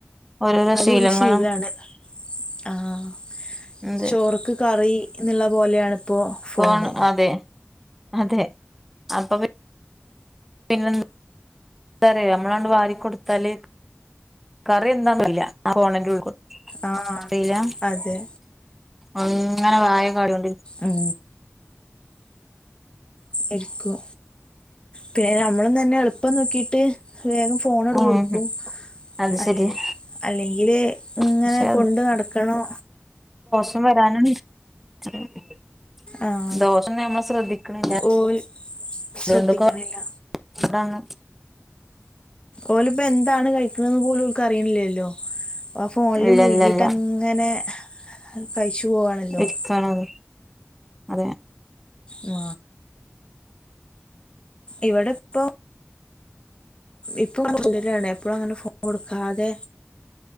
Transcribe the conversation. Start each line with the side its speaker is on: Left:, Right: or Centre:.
Centre: ഓരോരോ
Left: അതൊരു
Centre: ശീലങ്ങളാണ്
Left: ശീലാണ് ആഹ്
Centre: അതെ
Left: ചോറ്ക്ക് കറി എന്നുള്ള പോലെയണിപ്പോ ഫോണ്
Centre: ഫോൺ അതെ അതെ അപ്പം പിന്നെ <unintelligible> നമ്മളാണ്ട് വാരി കൊടുത്താല് കറി എന്താന്നല്ല ഫോണിന്റെ <inaudible>
Left: ആ അതെ
Centre: തെയ്ലാ
Left: അതെ
Centre: അങ്ങനെ വായ <unintelligible>
Left: ഉം എക്കും പിന്നെ നമ്മളും തന്നെ എളുപ്പം നോക്കിട്ട് വേഗം ഫോണോടു
Centre: ഉം
Left: കൊടുക്കും
Centre: അത്
Left: അല്ലേ
Centre: ശരിയാ
Left: അല്ലെങ്കില് ഇങ്ങനെ
Centre: പക്ഷെ
Left: കൊണ്ട് നടക്കണോ
Centre: <unintelligible> വരാനാണ് <unintelligible>
Left: ആഹ്
Centre: ദോഷൊന്നും നമ്മള് ശ്രദ്ധിക്കണില്ല
Left: ഓല് ശ്രദ്ധിക്കണില്ല
Centre: അതുകൊണ്ടൊക്കെ പാടാണ്
Left: ഓല് ഇപ്പം എന്താണ് കഴിക്കണ്ന്ന് പോലും അവർക്ക് അറിയുണില്ലേല്ലോ ആ ഫോണില്
Centre: ഇല്ല
Left: മുഴുകിട്ട്
Centre: ഇല്ല ഇല്ല
Left: അങ്ങനെ കഴിച്ചു പോവാണല്ലോ
Centre: എരിക്കണ്ന്ന് അതെ
Left: ആ ഇവിടെ ഇപ്പൊ ഇപ്പം <inaudible> എപ്പഴും അങ്ങനെ ഫോൺ കൊടുക്കാതെ